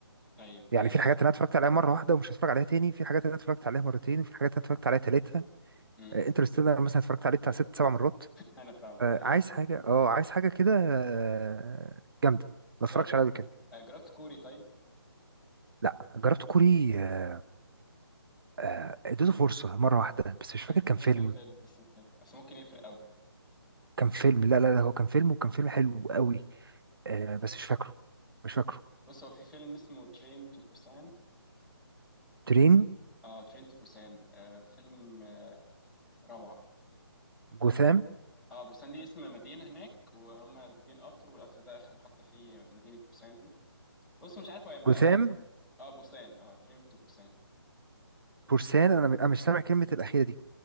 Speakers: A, in the centre; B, on the right.
A: طيب
B: يعني
A: آه،
B: في حاجات انا اتفرجت عليها مره واحده ومش هتفرج عليها تاني في حاجات انا اتفرجت عليها مرتين وفي حاجات انا اتفرجت عليها تالتها
A: مم.
B: انترستيلر مثلا اتفرجت عليه بتاع ست سبع مرات
A: انا فاهمك
B: آه...
A: أيوة.
B: عايز حاجه اه عايز حاجه كده آه، جامده ما اتفرجش
A: جربت
B: عليها قبل كده
A: آه، جربت كوري طيب
B: لا جربت كوري آه، آه، اديته فرصة مرة واحدة بس مش فاكر
A: ال-
B: كان فيلم
A: اسم الفيلم اسم الفيلم بس ممكن يفرق قوي
B: كان فيلم لا لا لا هو كان فيلم وكان فيلم حلو قوي آه بس مش فاكره مش فاكره
A: بص هو في فيلم اسمه ترين تو بوسان
B: ترين
A: اه ترين تو بوسان آه فيلم آه روعة
B: جوثام
A: اه بوسان دي اسم مدينة هناك وهم راكبين قطر والقطر ده آخر محطة فيه مدينة بوسان دي بص مش عارف هو هيبقى
B: جوثام
A: اه بوسان اه ترين تو بوسان
B: بورسان انا م- أنا مش سامع كلمة الأخيرة دي